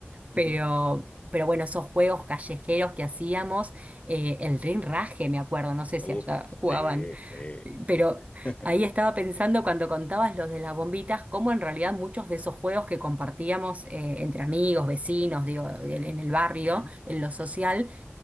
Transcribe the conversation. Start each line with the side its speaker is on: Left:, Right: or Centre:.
Right: pero...
Left: Ujú.
Right: Pero bueno, esos juegos callejeros que hacíamos, eh, el rinraje, me acuerdo, no sé si
Left: Uf,
Right: allá jugaban
Left: sí, sí.
Right: pero
Left: <laughs>
Right: ahí estaba pensando cuando contabas los de las bombitas, cómo en realidad muchos de esos juegos que compartíamos eh, entre amigos, vecinos, digo, en en el barrio,
Left: Ujú.
Right: en lo social,